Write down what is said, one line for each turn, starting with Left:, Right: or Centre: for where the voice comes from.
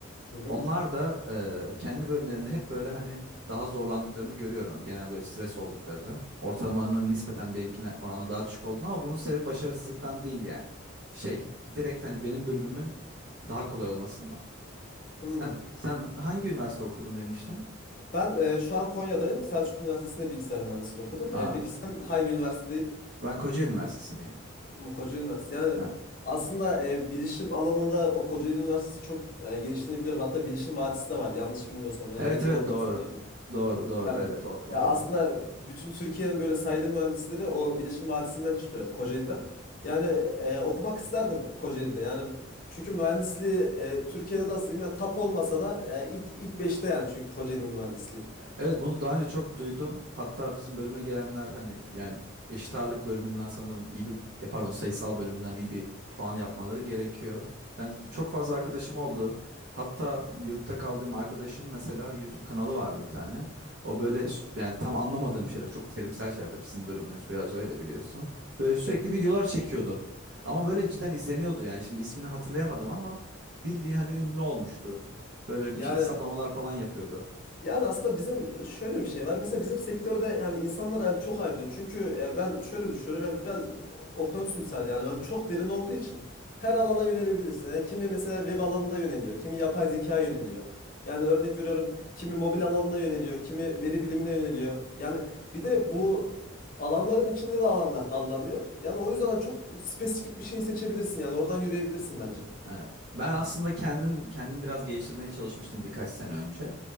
Left: Hı hı.
Right: Onlar da e, kendi bölümlerinde hep böyle hani daha zorlandıklarını görüyorum. Genel böyle stres olduklarını. Ortalamalarının nispeten benimkine oranla daha düşük olduğunu ama bunun sebebi başarısızlıktan değil yani. Şey, direkt hani benim bölümümün daha kolay olmasından.
Left: Hmm.
Right: Sen sen hangi üniversitede okudum demiştin?
Left: Ben e, şu an Konya'dayım. Selçuk Üniversitesi'nde bilgisayar mühendisliği okudum.
Right: Ha,
Left: E, peki sen hangi üniversitedeydin?
Right: ben Kocaeli Üniversitesi'ndeyim.
Left: Hmm, Kocaeli Üniversitesi. Yani
Right: Ha.
Left: aslında e, bilişim alanında o Kocaeli Üniversitesi çok e, geliştiğini biliyorum. Hatta Bilişim Vadisi de var yanlış bilmiyorsam. Yani
Right: Evet
Left: beni
Right: evet
Left: doğrularsan
Right: doğru.
Left: iyi olur.
Right: Doğru doğru
Left: Yani
Right: evet o, o
Left: ya
Right: da
Left: aslında
Right: var.
Left: bütün Türkiye'nin böyle sayılı mühendisleri o Bilişim Vadisi'nden çıkıyor Kocaeli'den. Yani e, okumak isterdim Kocaeli'de. Yani çünkü mühendisliği e, Türkiye'de nasıl diyeyim? Yani tap olmasa da e, ilk ilk beşte yani çünkü Kocaeli'nin mühendisliği.
Right: Evet bunu daha önce çok duydum. Hatta bizim bölüme gelenler hani yani eşit ağırlık bölümünden sanırım iyi bir ya pardon sayısal bölümünden iyi bir puan yapmaları gerekiyor. Ben çok fazla arkadaşım oldu. Hatta yurtta kaldığım arkadaşım mesela YouTube kanalı vardı bir tane. O böyle
Left: Hı hı.
Right: s- yani tam anlamadığım şeyler çok terimsel şeyler tabii sizin bölümünüz biraz öyle biliyorsun. Böyle sürekli
Left: Evet.
Right: videolar çekiyordu. Ama böyle cidden izleniyordu yani şimdi ismini hatırlayamadım ama bildiğin hani ünlü olmuştu. Böyle
Left: Yani
Right: bir şey hesaplamalar falan yapıyordu.
Left: yani aslında bizim e, şöyle bir şey var. Mesela bizim sektörde yani insanlar yani çok ayrılıyor. Çünkü e, ben şöyle düşünüyorum yani biraz okyanus misali yani, Yani çok derin olduğu için her alana yönelebilirsin. Yani kimi mesela web alanında yöneliyor, kimi yapay zekaya yöneliyor. Yani örnek veriyorum kimi mobil alanına yöneliyor, kimi veri bilimine yöneliyor. Yani bir de bu e, alanların içinde de alanlar dallanıyor. Yani o yüzden çok spesifik bir şey seçebilirsin. Yani oradan yürüyebilirsin bence.
Right: Evet. Ben aslında kendim kendim biraz geliştirmeye çalışmıştım birkaç sene önce.